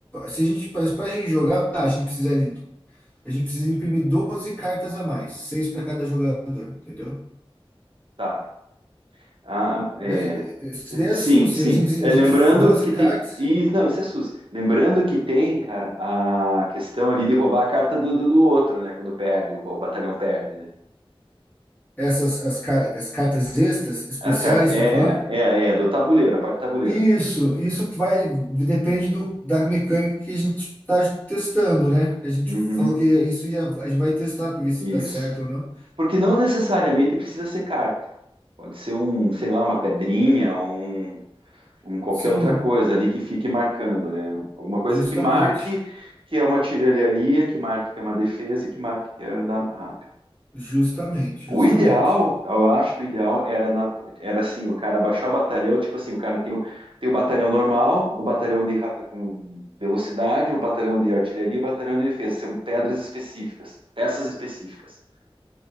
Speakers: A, on the left (about 15°); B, on the right (about 60°).
A: se a gente, para a gente jogar, a gente precisa, de- a gente precisa imprimir 12 cartas a mais, seis para cada jogador, entendeu?
B: Tá. Ah, é,
A: É, é, Isso daí é
B: sim,
A: SUS.
B: sim.
A: A gente,
B: É,
A: a
B: lembrando
A: gente, 12
B: que
A: cartas.
B: tem. E, não, isso é SUS. Lembrando que tem, cara, a questão ali de roubar a carta do, do, do outro, né? Quando perde, o, o batalhão perde, né?
A: Essas as, ca- as cartas extras, especiais,
B: As cartas. É,
A: está falando?
B: é, é, do tabuleiro, a parte do tabuleiro.
A: Isso, isso vai, depende do, da mecânica que a gente está testando, né? A gente
B: Uhum,
A: falou que isso ia, a gente vai testar para ver se
B: isso.
A: está certo ou não.
B: Porque não necessariamente precisa ser carta. Pode ser um, sei lá, uma pedrinha, um, um qualquer
A: Sim,
B: outra coisa ali que fique marcando, né? Alguma coisa
A: justamente,
B: que marque que é uma artilharia, que marque que é uma defesa e que marque que é andar rápido.
A: justamente,
B: O
A: justamente.
B: ideal, eu acho que o ideal era, na, era assim, o cara baixar o batalhão, tipo assim, o cara tem o, tem o batalhão normal, o batalhão de ra- com velocidade, o batalhão de artilharia, e o batalhão de defesa, são pedras específicas, peças específicas.